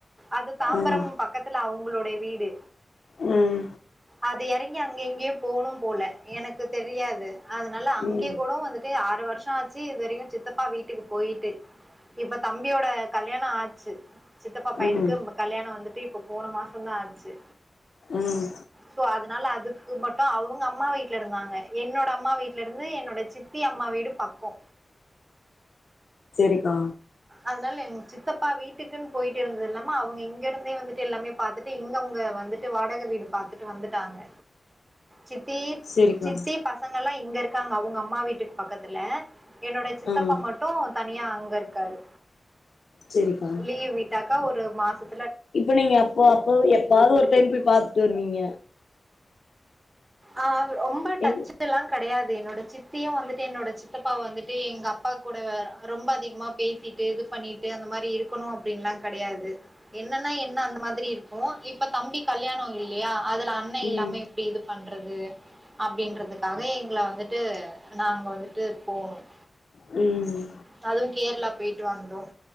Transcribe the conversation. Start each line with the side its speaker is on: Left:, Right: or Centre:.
Right: அது தாம்பரம்
Left: ம்
Right: பக்கத்துல அவங்களுடைய வீடு
Left: ம்
Right: அது எறங்கி அங்க எங்கயே போனு போல எனக்கு தெரியாது அதனால அங்கே
Left: ம்
Right: கூட வந்துட்டு ஆறுவ ருஷ ஆச்சு இது வரைக்கு சித்தப்பா வீட்டுக்கு போயிட்டு இப்ப தம்பியோட கல்யாண ஆச்சு சித்தப்பா பையனுக்கு
Left: ம்
Right: ப கல்யாண வந்துட்டு இப்ப போன மாசந்தா ஆச்சு
Left: ம்
Right: சோ அதனால அது கு மட்டு அவங்க அம்மா வீட்ல இருந்தாங்க என்னோட அம்மா வீட்ல இருந்து என்னோட சித்தி அம்மா வீடு பக்கோ
Left: ரிக்கா
Right: அத்னால எங் சித்தப்பா வீட்டுக்குன் போயிட்டிருந்தது இல்லாம அவ்ங்க இங்கேருந்தே வந்துட்டு எல்லாமே பாத்துட்டு இங்க அவ்ங்க வந்துட்டு வாடக வீடு பாத்துட்டு வந்துட்டாங்க சித்தீ
Left: சேரிக்கா
Right: சித்தி பசங்கல்லா இங்க இருக் இருக்காங்க அவுங்க அம்மா வீட்டுக் பக்கத்துல என்னோட சித்தப்பா
Left: ம்
Right: மட்டு தனியா அங் வ ருக்காரு
Left: சேரிக்கா
Right: லீவு விட்டாக் கஒரு மாசதுக்
Left: இப்ப நீங்க அப்போ அப்ப எப்பாவது ஒரு டைம் போய் பாத்துட்டு வருவீங்க
Right: ஆஹ் ரொம்ப டச்
Left: எங்
Right: எல்லாம் கிடையாது என்னோட சித்தியும் வந்துட் என்னோட சித்தப்பா வந்துட்டு எங்க அப்பா கூட ரொம்ப அதிகமா பேசி சிட்டு பண்ணிட்டு அந்த மாரி இருக்கு இருக்கணும் அப்டின்லாம் கிடையாது என்னன்னா என்ன அந்த மாதிரி இருக்கும் இப்ப தம்பி கல்யாணம் இல்லையா அதுல அண்ணன்
Left: ம்
Right: இல்லாமே எப்டி இது பண் றது அப்டின்றதுக்காக எங்கள வந்துட்டு நாங்க வந்துட்டு போனோம்
Left: ம் ம்
Right: தலும் கேரளா போயிட்டு வந்தோம்